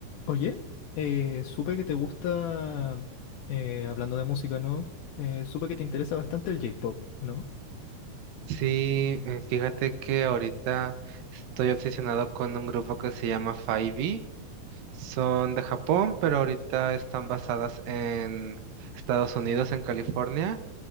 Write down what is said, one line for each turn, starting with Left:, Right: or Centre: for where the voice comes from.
Left: Oye, eh, supe que te gusta, eh, hablando de música, ¿no? Eh, supe que te interesa bastante el J-pop, ¿no?
Right: Sí, eh, fíjate que ahorita estoy obsesionado con un grupo que se llama 5 Son de Japón, pero ahorita están basadas en Estados Unidos, en California,